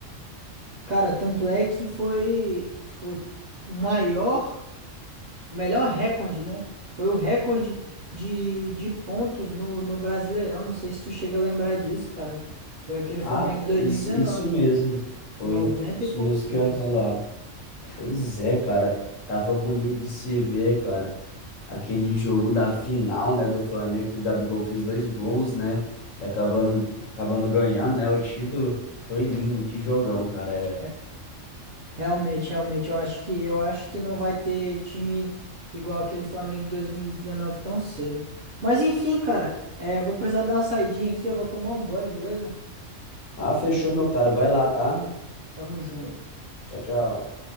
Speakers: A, on the right; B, on the left.
A: cara, tanto é que foi, foi o maior, o melhor recorde, né? Foi o recorde de, de pontos no, no Brasileirão. Não sei se tu chega a lembrar disso, cara. Foi aquele
B: Ah,
A: Flamengo
B: tá,
A: de dois
B: isso,
A: mil e dezenove,
B: isso mesmo, foi
A: noventa
B: isso
A: e poucos
B: mesmo
A: pontos.
B: que eu ia falar. Pois é, cara, tava bonito de se ver, cara. aquele jogo da final, né, do Flamengo, que o Gabigol fez dois gols, né, e acabando, acabando ganhando, né, o título. Foi lindo, que jogão, cara. É.
A: Re- Realmente, realmente, eu acho que eu acho que não vai ter time igual aquele Flamengo de 2019 tão cedo. Mas enfim, cara, é, eu vou precisar dar uma saidinha aqui, eu vou tomar um banho, beleza?
B: Ah, fechou, meu caro. Vai lá, tá?
A: Tamo junto.
B: Tchau, tchau.